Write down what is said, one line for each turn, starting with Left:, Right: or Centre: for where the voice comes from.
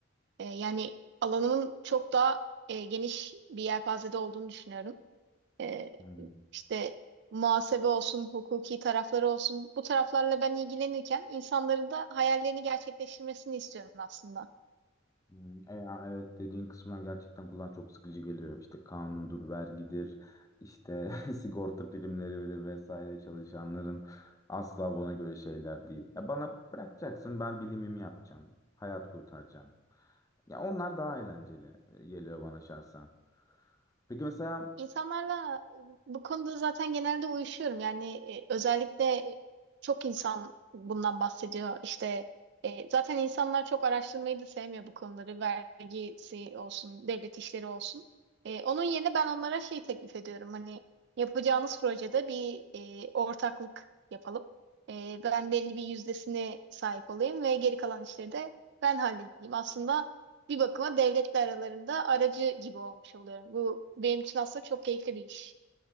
Right: E, yani alanımın çok daha e, geniş bir yelpazede olduğunu düşünüyorum. E,
Left: Hmm.
Right: işte muhasebe olsun, hukuki tarafları olsun bu taraflarla ben ilgilenirken insanların da hayallerini gerçekleştirmesini istiyorum aslında.
Left: Hmm, E ya evet dediğin kısma gerçekten kulağa çok sıkıcı geliyor. İşte kanundur, vergidir, işte <laughs> sigorta primleridir vesaire çalışanların asla bana göre şeyler değil. Ya bana bırakacaksın ben bilimimi yapacağım, hayat kurtaracağım. Ya onlar daha eğlenceli e, geliyor bana şahsen. Peki mesela
Right: İnsanlarla bu konuda zaten genelde uyuşuyorum. Yani e, özellikle çok insan bundan bahsediyor. İşte e, zaten insanlar çok araştırmayı da sevmiyor bu konuları. Vergisi olsun, devlet işleri olsun. E, onun yerine ben onlara şey teklif ediyorum. Hani yapacağınız projede bir e, ortaklık yapalım. E, ben belli bir yüzdesine sahip olayım ve geri kalan işleri de ben halledeyim. Aslında bir bakıma devletle aralarında aracı gibi olmuş oluyorum. Bu benim için aslında çok keyifli bir iş.